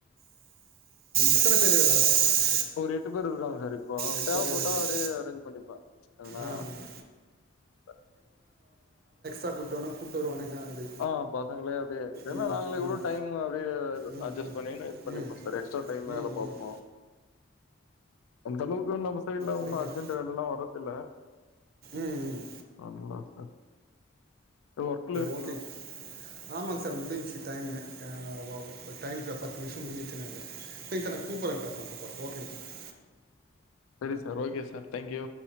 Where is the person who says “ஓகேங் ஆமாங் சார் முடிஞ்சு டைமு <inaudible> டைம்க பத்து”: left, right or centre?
Right